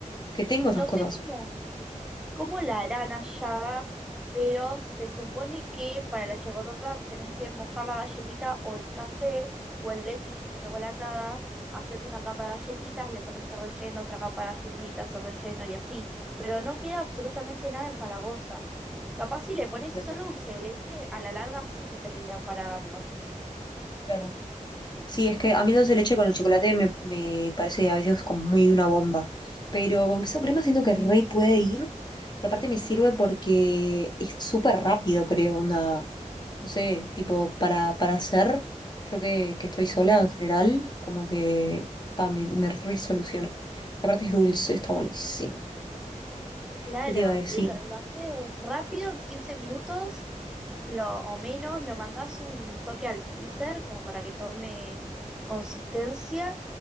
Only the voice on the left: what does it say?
que tengo
esas cosas.
Justo ahí,
Claro. Sí, es que a mí dulce de leche con el chocolate me, me parece a veces como muy una bomba. Pero con queso
crema siento que re puede ir. Y aparte me sirve porque es súper rápido, creo, onda. no sé, tipo, para, para hacer, yo que, que estoy sola en general, como que pa, me, me resoluciona. Y aparte es dulce, está buenísimo.
¿Qué te iba a decir?